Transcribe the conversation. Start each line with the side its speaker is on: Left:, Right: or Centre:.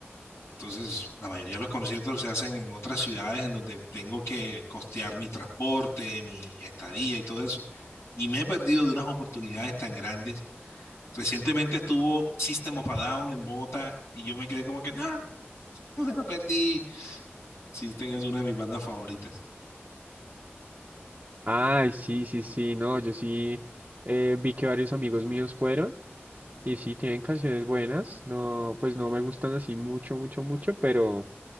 Left: Entonces, la mayoría de los conciertos se hacen en otras ciudades en donde tengo que costear mi transporte, mi estadía y todo eso. Y me he perdido de unas oportunidades tan grandes. Recientemente estuvo System of a Down en Bogotá y yo me quedé como que, no. <laughs> Lo perdí. Sí, tengas una de mis bandas favoritas.
Right: Ay, sí, sí, sí, no, yo sí eh, vi que varios amigos míos fueron. Y sí, tienen canciones buenas, no, pues no me gustan así mucho, mucho, mucho, pero